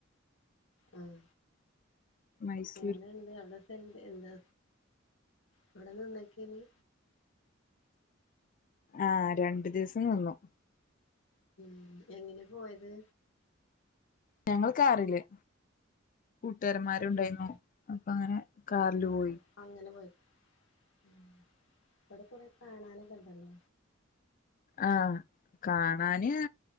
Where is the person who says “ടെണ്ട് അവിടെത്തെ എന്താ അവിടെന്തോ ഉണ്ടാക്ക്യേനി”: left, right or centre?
Left